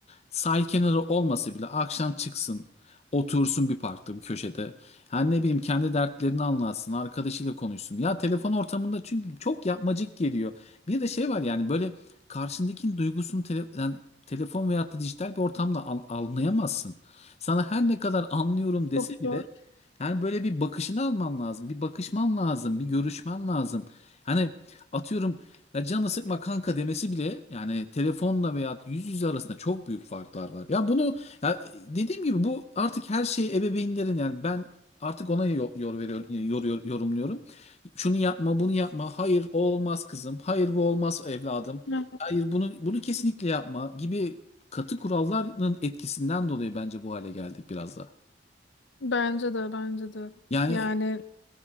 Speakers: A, on the left; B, on the left.
A: sahil kenarı olmasa bile akşam çıksın, otursun bir parkta, bir köşede. Yani ne bileyim kendi dertlerini anlatsın, arkadaşıyla konuşsun. Ya telefon ortamında çünkü çok yapmacık geliyor. Bir de şey var yani böyle karşındakinin duygusunu tele- yani telefon veyahut da dijital bir ortamda an- anlayamazsın. Sana her ne kadar anlıyorum dese
B: Çok
A: bile
B: zor.
A: yani böyle bir bakışını alman lazım. Bir bakışman lazım. Bir görüşmen lazım. Hani atıyorum ya canı sıkma kanka demesi bile yani telefonla veya yüz yüze arasında çok büyük farklar var. Ya bunu ya dediğim gibi bu artık her şey ebeveynlerin yani ben artık ona yor, yor veriyorum, yor, yor- yorumluyorum. Şunu yapma, bunu yapma. Hayır, o olmaz kızım. Hayır, bu olmaz evladım.
B: Evet.
A: Hayır, bunu bunu kesinlikle yapma gibi katı kuralların etkisinden dolayı bence bu hale geldik biraz da.
B: Bence de, bence de.
A: Yani
B: Yani